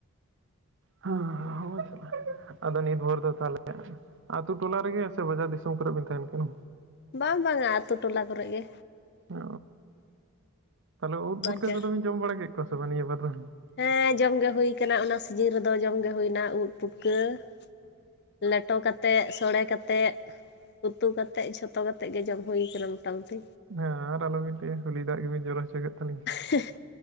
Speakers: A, on the right; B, on the left.
A: ᱦᱟᱸ ᱦᱚᱜᱚᱭ ᱪᱟᱞᱟ ᱟᱫᱚ ᱱᱤᱛ ᱵᱷᱳᱨ ᱫᱚ ᱛᱟᱦᱞᱮ ᱟᱹᱛᱩ ᱴᱚᱞᱟ ᱨᱮᱜᱮ ᱥᱮ ᱵᱟᱡᱟᱨ ᱫᱤᱥᱚᱢ ᱠᱚᱨᱮᱜ ᱵᱤᱱ ᱛᱟᱦᱮᱱ ᱠᱟᱱᱟ?
B: ᱵᱟᱝ ᱵᱟᱝ ᱟ ᱟᱹᱛᱩ ᱴᱚᱞᱟ ᱠᱚᱨᱮᱜ ᱜᱮ᱾
A: ᱚ, ᱛᱟᱦᱚᱞᱮ ᱩᱫᱽ ᱯᱷᱩᱴᱠᱟᱹ
B: ᱵᱟᱡᱟᱨ
A: ᱠᱚᱫᱚ ᱵᱤᱱ ᱡᱚᱢ ᱵᱟᱲᱟ ᱠᱮᱫ ᱠᱚᱣᱟ ᱥᱮ ᱵᱟᱝ ᱱᱤᱭᱟᱹ ᱵᱟᱨ ᱫᱚ?
B: ᱦᱮᱸ ᱡᱚᱢ ᱜᱮ ᱦᱩᱭ ᱠᱟᱱᱟ ᱚᱱᱟ ᱥᱤᱡᱤᱱ ᱨᱮᱫᱚ ᱡᱚᱢᱜᱮ ᱦᱩᱭᱱᱟ ᱩᱫᱽ ᱯᱩᱴᱠᱟᱹ ᱾ ᱞᱮᱴᱚ ᱠᱟᱛᱮᱫ, ᱥᱚᱲᱮ ᱠᱟᱛᱮᱫ, ᱩᱛᱩ ᱠᱟ ᱛᱮᱫ ᱡᱷᱚᱛᱚ ᱠᱟᱛᱮᱜ ᱜᱮ ᱡᱚᱢ ᱦᱩᱭ ᱠᱟᱱᱟ ᱢᱚᱴᱟᱢᱩᱴᱤ᱾
A: ᱦᱮᱸ ᱟᱨ ᱟᱞᱚᱵᱤᱱ ᱞᱟᱹᱭᱟ, ᱩᱞᱤ ᱫᱟᱜ ᱜᱮᱵᱤᱱ ᱡᱚᱨᱚ ᱦᱚᱪᱚ ᱠᱮᱫ ᱛᱟᱸᱞᱤᱧᱟ ᱾
B: ᱦᱮᱸᱻ